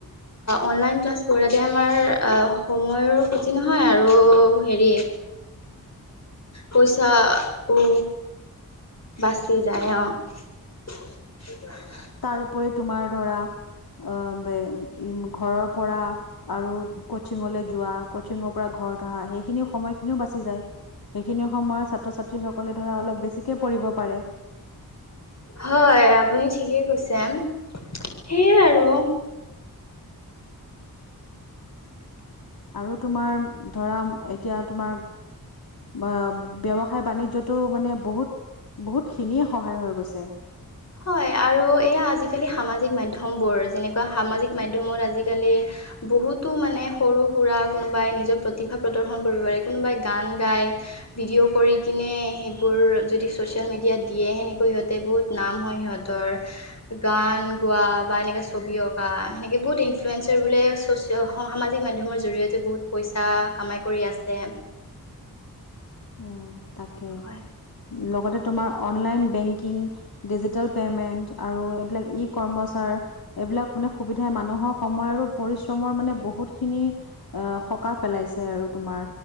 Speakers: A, on the left; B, on the left.
A: অনলাইন ক্লাছ ঘৰাতে আমাৰ অহ সময়ৰ ক্ষতি নহয় আৰু হেৰি পইচা ও বাচি যায় অহ
B: তাৰোপৰি তোমাৰ ধৰা অহ ঘৰৰ পৰা আৰু কচিংলৈ যোৱা কচিংৰ পৰা ঘৰত অহা সেইখিনিও সময়খিনিও বাছি যায়। সেইখিনি সময়ত ছাত্ৰ ছাত্ৰীসকলে ধৰা অলপ বেছিকে পঢ়িব পাৰে।
A: হয় আপুনি ঠিকেই কৈছে। সেইয়াই আৰু।
B: আৰু তোমাৰ ধৰা এতিয়া তোমাৰ বা ব্যৱসায় বাণিজ্যটো মানে বহুত বহুতখিনিয়ে সহায় হৈ গৈছে।
A: হয় আৰু এয়া আজিকালি সামাজিক মাধ্যমবোৰ যেনেকুৱা সামাজিক মাধ্যমত আজিকালি বহুতো মানে সৰু সুৰা কোনোবাই নিজৰ প্ৰতিভা প্ৰদৰ্শন কৰিব পাৰে কোনোবাই গান গাই ভিডিঅ' কৰি কিনে সেইবোৰ যদি ছচিয়েল মিডিয়াত দিয়ে সেনেকৈ সিহঁতে বহুত নাম হয় সিহঁতৰ। গান গোৱা যেনেকৈ ছবি অঁকা যেনেকৈ বহুত ইন্লুৱেঞ্জা বোৰে সামাজিক মাধ্যমৰ জৰিয়তে বহুত পইচা কামাই কৰি আছে।
B: উম তাকে!
A: হয়
B: লগতে তোমাৰ অনলাইন বেংকিং ডিজিটেল পেমেন্ট আৰু এইবিলাক ই কৰ্মচাৰ এইবিলাক পোৰা সুবিধাই মানুহক সময় আৰু পৰিস্বম মানে বহুতখিনি এ সকাহ পেলাইছে আৰু তোমাৰ